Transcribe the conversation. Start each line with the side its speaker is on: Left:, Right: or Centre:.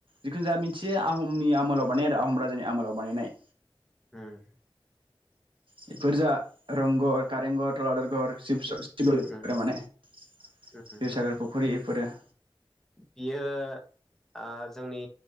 Right: जिखुनु जा मिथियो आहमनि आमोलाव, <inaudible> आहोम राजानि आमोलाव बानायनाय
Centre: ओम
Right: बेफोर जा रंघर, कारेंघर, थलातर घर, शिबसाग'र
Centre: उम
Right: माने रैसागर
Centre: उम
Right: फुख्रि फोरा
Centre: बियो ओ जोंनि